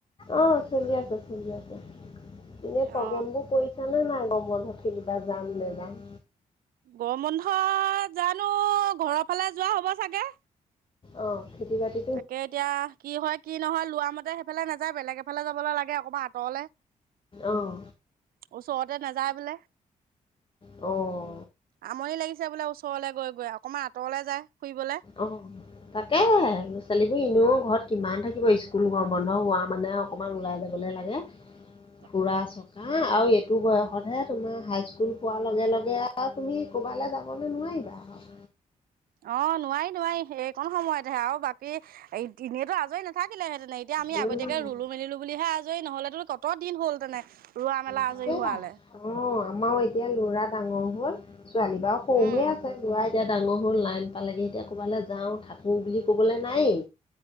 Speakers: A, on the left; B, on the right.
A: অ' চলি আছে, চলি আছে, এনে
B: অ
A: প্ৰগ্ৰেম বোৰৰ কৰিছা। ক'লে নে নাই আ গৰম বন্ধত সেইকেইটা যাম নে নাযাম।
B: গৰম বন্ধত জানো ঘৰৰ ফালে যোৱা হ'ব চাগে।
A: অ' খেতি বাতি।
B: তাকে এতিয়া কি হয় কি নহয় লোৱা মতে সেইফালে নাযায় বেলেগ এফালে যাবলে লাগে অক আঁতৰলে,
A: অঁ
B: ওচৰতে নাযায় বোলে।
A: অ'।
B: আমনি লাগিছে বোলে ওচৰলে গৈ গৈ, অকণমান আঁতৰলে যায় ফুৰিবলৈ।
A: অ', তাকেহে ল'ৰা ছোৱালীবোৰ এনেও ঘৰত কিমান থাকিব স্কুল গম বন্ধ হোৱা মানে অকমান ওলাই যাবলৈ লাগে।
B: <inaudible>
A: ফুৰা চকা আৰু এইটো বয়সতহে তোমাৰ হাইস্কুল পোৱাৰ লগে লগে আৰু তুমি ক'বালে যাবলৈ নোৱাৰিবা আৰু।
B: অ'। নোৱাৰি নোৱাৰি, এইকণ সময়তহে আৰু বাকী এই এনেইতো আজৰি নাথাকিলেহেঁতেনে, এতিয়া আমি
A: উম,
B: আগতীয়াকে ৰুলো মেলিলো বুলিহে আজৰি নহ'লেতো ক'ত দিন হ'ল তেনে ৰোৱা মেলা
A: তাকেহে
B: আজৰি হোৱালে।
A: অ', আমাৰো এতিয়া ল'ৰা ডাঙৰ হ'ল ছোৱালী বাৰু সৰু
B: উম
A: হৈ আছে, ল'ৰা এতিয়া ডাঙৰ হ'ল নাইন পালেগে এতিয়া ক'বালৈ যাওঁ থাকো বুলি ক'বলৈ নাইেই।